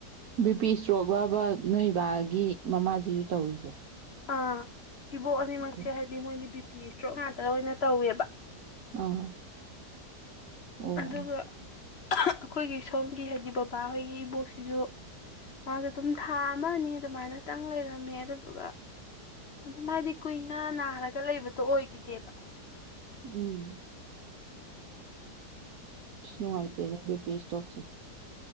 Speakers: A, on the right; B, on the left.
A: ꯕꯤ ꯄꯤ ꯏꯁꯇ꯭ꯔꯣꯛ ꯂꯕ ꯅꯣꯏꯕꯥꯒꯤ ꯃꯃꯥꯁꯤꯁꯨ ꯇꯧꯔꯤꯁꯦ
B: ꯑꯥ ꯏꯕꯣ ꯑꯅꯤ
A: ꯑꯣ
B: ꯃ ꯍꯥꯏꯗꯤꯣꯏ ꯐꯤ ꯏꯁꯇ꯭ꯔꯣꯛ ꯉꯥꯛꯇ ꯑꯣꯏꯅ ꯇꯧꯋꯦꯕ
A: ꯑꯥ ꯑꯣ
B: ꯑꯗꯨꯒ ꯑꯩꯈꯣꯏꯒꯤ ꯁꯣꯝꯒꯤ ꯍꯥꯏꯗꯤ ꯕꯕꯥꯍꯣꯏꯒꯤ ꯏꯕꯣꯛꯁꯤꯁꯨ ꯃꯥꯁꯨ ꯑꯗꯨꯝ ꯊꯥ ꯑꯃꯅꯤꯅꯤ ꯑꯗꯨꯃꯥꯏꯅꯇꯪ ꯂꯩꯔꯝꯃꯦ ꯑꯗꯨꯗꯨꯒ ꯑꯗꯨ ꯍꯥꯏꯥꯏꯗꯤ ꯀꯨꯏꯅ ꯅꯥꯔꯒ ꯂꯩꯕꯗꯣ ꯑꯣꯏꯈꯤꯗꯦꯕ
A: ꯎꯝ ꯉꯥꯏꯇꯦꯅꯦ ꯕꯤ ꯄ ꯇꯣꯛꯁꯦ